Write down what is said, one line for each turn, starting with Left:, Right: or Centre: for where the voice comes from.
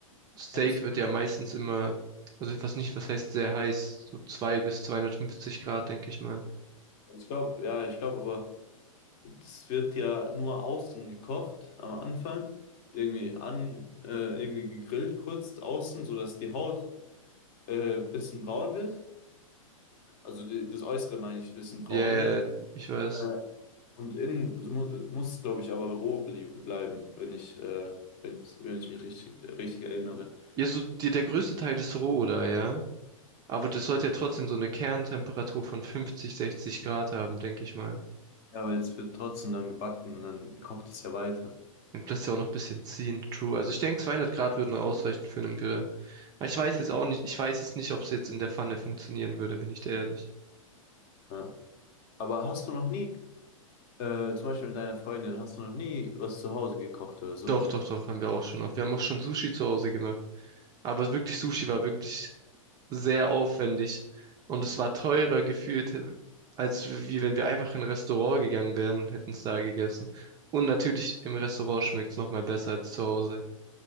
Right: Steak
Left: Meinst
Right: wird
Left: du?
Right: ja meistens immer, also was nicht, was heißt sehr heiß, so 2 bis 250 Grad, denke ich mal.
Left: Ich glaube, ja, ich glaube aber. Es wird ja nur außen gekocht am Anfang, irgendwie an, äh, irgendwie gegrillt, kurz außen, sodass die Haut äh, bisschen braun wird. Also die, das Äußere meine ich, bisschen braun
Right: Ja,
Left: wird.
Right: yeah, ich weiß.
Left: Äh, und innen so mu muss, glaube ich, aber roh blieb, bleiben, wenn ich, äh, wenn ich, wenn ich mich richtig, richtig erinnere.
Right: Ja, so die, der größte Teil ist roh da, ja. Aber das sollte ja trotzdem so eine Kerntemperatur von 50, 60 Grad haben, denke ich mal.
Left: Ja, weil es wird trotzdem dann gebacken und dann kocht es ja weiter.
Right: Dann lässt ja auch noch ein bisschen ziehen. True. Also ich denke, 200 Grad würden ausreichen für einen Grill. Aber ich weiß jetzt auch nicht, ich weiß es nicht, ob es jetzt in der Pfanne funktionieren würde, bin ich dir ehrlich.
Left: Ja. Aber hast du noch nie, äh, zum Beispiel mit deiner Freundin, hast du noch nie was zu Hause gekocht oder so?
Right: Doch, doch, doch, haben wir auch schon auf. Wir haben auch schon Sushi zu Hause gemacht. Aber wirklich, Sushi war wirklich sehr aufwendig. Und es war teurer gefühlt, als wie wenn wir einfach in ein Restaurant gegangen wären und hätten es da gegessen. Und natürlich, im Restaurant schmeckt es nochmal besser als zu Hause.